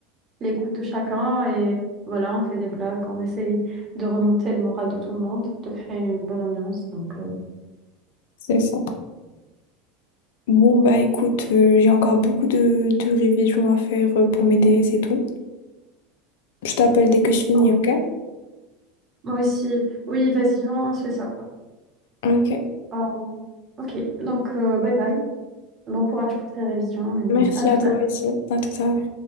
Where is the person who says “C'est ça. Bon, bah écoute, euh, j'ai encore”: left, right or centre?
Left